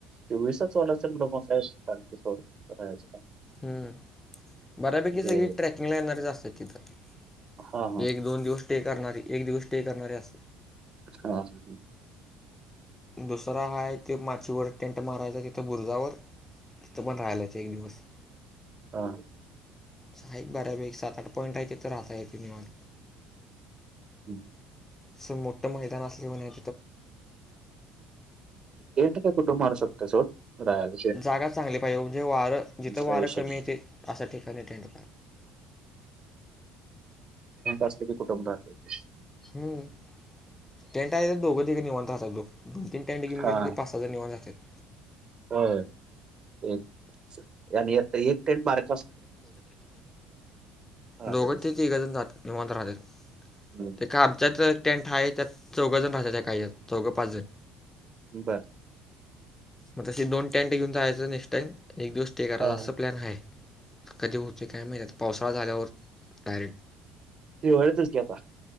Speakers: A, on the right; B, on the left.
A: तेसच वच रोमस आहे शां सोडयचे काय
B: हम्म बऱ्यापैकी
A: म्हणजे
B: सगळी ट्रेकिंगला येणारच असत तिथं
A: हां, हां,
B: एक दोन दिवस स्टे करणारी एक दिवस स्टे करणारे अस
A: हा हा ह्
B: दुसरा हा आहे ते माचीवर टेंट मारायचा तिथं बुरजावर. तीथ पण राहायलाच एक दिवस.
A: हा.
B: सा एकक बऱ्यापैक <unintelligible> सात, आठ पॉइंट आहे ते तर राहता येते निवांत.
A: हम्म.
B: अस मोठं मैदान असले म्हणे
A: ए ट काय कुटुंब मू शकत सोट रा <unintelligible>
B: जागा चांगली पाहिजे म्हणजे वारं जिथं वारं
A: काही विषय
B: कमी
A: नाही.
B: येते अशा ठिकाणी टेंट
A: असले की कुटुब राहत
B: हम् त्यांटाय दोघं दे निवनताता तो दोन तीन टँडी घेऊन
A: हां,
B: गेले की पाच हजार निवन जातात
A: होय. तेच. आणि एक टेंट मार्क राहतातच
B: दोघ ते तघजण
A: की.
B: निव राहतात
A: हं,
B: ते का आमचात टेंट आहे त्यात चौघ जण राहत त्या काही चौघ पाच जण
A: बर
B: मग तसे दोन टेंट घेऊन जायचं नेक्स्ट टाइम एक दिवस स्टे करायचा
A: हां,
B: असं
A: हां.
B: प्लॅन आहे कधी होते काय महिन्यात पावसाळा झाल्यावर डायरेक्ट
A: त वळतेच घे आता